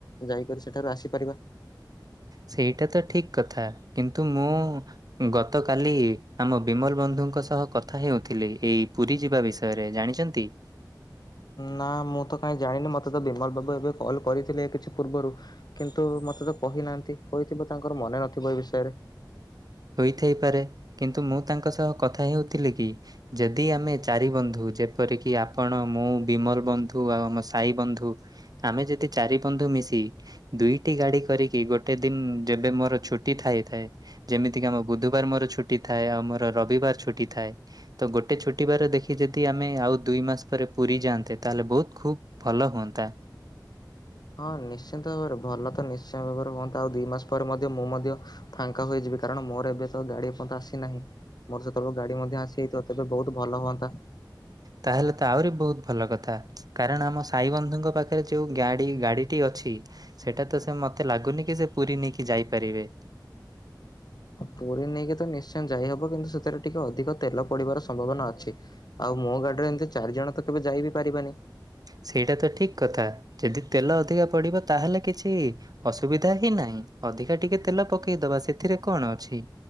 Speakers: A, on the left; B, on the right.
A: ଯାଇକରି ସେଠାରୁ ଆସିପାରିବା।
B: ସେଇଟା ତ ଠିକ କଥା କିନ୍ତୁ ମୁଁ ଗତକାଲି ଆମ ବିମଲ ବନ୍ଧୁଙ୍କ ସହ କଥା ହେଉଥିଲେ ଏଇ ପୁରୀ ଯିବା ବିଷୟ ରେ ଜାଣିଛନ୍ତି?
A: ନା ମୁଁ ତ କାହିଁ ଜାଣିନି ମତେ ତ ବିମଲ ବାବୁ ଏବେ କଲ୍ କରିଥିଲେ କିଛି ପୂର୍ବରୁ କିନ୍ତୁ ମତେ ତ କହି ନାହାନ୍ତି କହିଥିବ ତାଙ୍କର ମନେ ନଥିବ ଏ ବିଷୟରେ।
B: ହୋଇଥାଇପାରେ କିନ୍ତୁ ମୁଁ ତାଙ୍କ ସହ କଥା ହେଉଥିଲି କି ଯଦି ଆମେ ଚାରି ବନ୍ଧୁ ଯେପରିକି ଆପଣ ମୁଁ ବିମଲ ବନ୍ଧୁ ଆଉ ଆମ ସାଇ ବନ୍ଧୁ। ଆମେ ଯଦି ଚାରି ବନ୍ଧୁ ମିଶି ଦୁଇଟି ଗାଡି କରିକି ଗୋଟେ ଦିନ ଯେବେ ମୋର ଛୁଟି ଥାଇଥାଏ। ଯେମିତିକି ଆମ ବୁଧବାର ମୋର ଛୁଟି ଥାଏ ଆଉ ମୋର ରବିବାର ଛୁଟି ଥାଏ। ତ ଗୋଟେ ଛୁଟିବାର ଦେଖି ଯଦି ଆମେ ଆଉ ଦୁଇ ମାସ ପରେ ପୁରୀ ଯାଆନ୍ତେ ତାହେଲେ ବହୁତ ଖୁବ୍ ଭଲ ହୁଅନ୍ତା।
A: ହଁ ନିଶ୍ଚିନ୍ତ ଭାବରେ ଭଲ ତ ନିଶ୍ଚିୟ ଭାବରେ ହୁଅ ନ୍ତତା ଆଉ ଦୁଇ ମାସ ପରେ ମଧ୍ୟ ମୁଁ ମଧ୍ୟ ଫାଙ୍କା ହୋଇଯିବି କାରଣ ମୋର ଏବେ ତ ଗାଡି ପଦଶୀ ଆସିନାହିଁ। ମୋର ସେତେବେଳେ ଗାଡ଼ି ମଧ୍ୟ ଆସିଯାଇଥିବ ତେବେ ବହୁତ ଭଲ ହୁଅନ୍ତା।
B: ତାହାଲେ ତ ଆହୁରି ଭଲ କଥା। କାରଣ ଆମ ସାଇ ବନ୍ଧୁଙ୍କ ପାଖରେ ଯୋଉ ଗାଡି ଗାଡିଟି ଅଛି ସେଇଟା ତ ସେ ମତେ ଲାଗୁନି କି ସେ ପୁରୀ ନେଇକି ଯାଇପାରିବେ।
A: ପୁରୀ ନେଇକି ତ ନିଶ୍ଚୟ ଯାଇହବ କିନ୍ତୁ ସେଥିରେ ଟିକେ ଅଧିକ ତେଲ ପଡିବାର ସମ୍ଭାବନା ଅଛି। ଆଉ ମୋ ଗାଡିରେ ଏମିତି ଚାରି ଜଣ ତ କେବେ ଯାଇ ବିି ପାରିବାନି।
B: ସେଇଟା ତ ଠିକ କଥା ଯଦି ତେଲ ଅଧିକା ପଡିବ ତାହେଲେ କିଛି ଅସୁବିଧା ହିଁ ନାହିଁ ଅଧିକା ଟିକେ ତେଲ ପକେଇ ଦବା ସେଥିରେ କଣ ଅଛି।